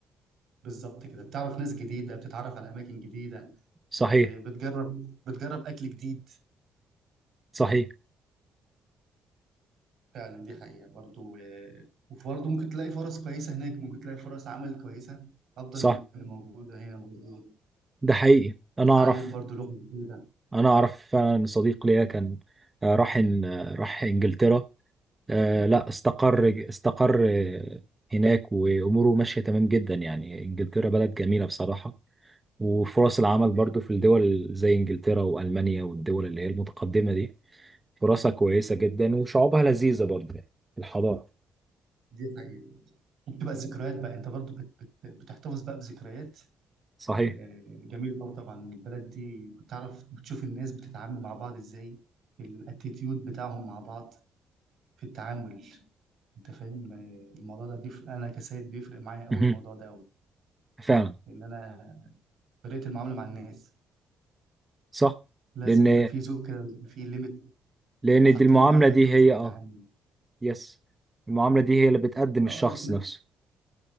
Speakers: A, on the right; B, on the right.
A: بالظبط كده بتعرف ناس جديده بتتعرف على اماكن جديده
B: صحيح
A: إيه، بتجرب بتجرب اكل جديد
B: صحيح
A: فعلا دي حقيقه برضو إيه، وبرضو ممكن تلاقي فرص كويسه هناك ممكن تلاقي فرص عمل كويسه افضل
B: صح
A: من اللي موجوده هنا برضو
B: ده حقيقي أنا
A: تتعلم
B: أعرف
A: برضو لغه جديده
B: أنا أعرف فعلا صديق ليا كان آه، راح إن- آه، راح إنجلترا آه، لا استقر استقر آه، هناك وأموره ماشية تمام جدا يعني إنجلترا بلد جميلة بصراحة وفرص العمل
A: امم
B: برضو في الدول زي إنجلترا وألمانيا والدول اللي هي المتقدمة دي فرصها كويسة جدا وشعوبها لذيذة برضو الحضارة
A: دي حقيقه بتبقى الذكريات بقى انت برضو بت بت بتحتفظ بقى بذكريات
B: صحيح
A: آه، جميل قوي طبعا البلد دي بتعرف بتشوف الناس بتتعامل مع بعض ازاي الاتيتيود بتاعهم مع بعض في التعامل انت فاهم آه، الموضوع ده بيفرق انا كسيد بيفرق معايا قوي
B: <laughs> مهم.
A: الموضوع ده قوي
B: فعلا
A: لان انا طريقه المعامله مع الناس
B: صح
A: لازم
B: لأن
A: يبقى في ذوق كده ويبقى في ليميت
B: لان
A: بيبقوا حاطين
B: دي المعامله
A: لبعض
B: دي
A: حدود
B: هي
A: في التعامل
B: اه يس المعامله دي هي اللي بتقدم الشخص
A: اه لكن
B: نفسه